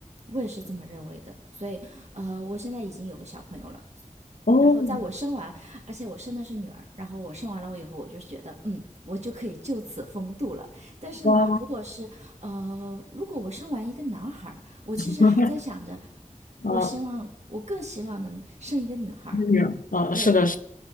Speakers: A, on the right; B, on the left.
A: 我也是这么认为的，所以呃，我现在已经有个小朋友了，
B: 哦，
A: 然后在我生完，而且我生的是女儿，然后我生完了我以后，我就觉得，嗯，我就可以就此风度了。但是呢，
B: 哇，
A: 如果是呃，如果我生完一个男孩儿我其实还在想着，
B: <laughs>
A: 我希望我更希望能生一个女孩儿
B: 啊，女儿，啊，
A: 对，
B: 是的，是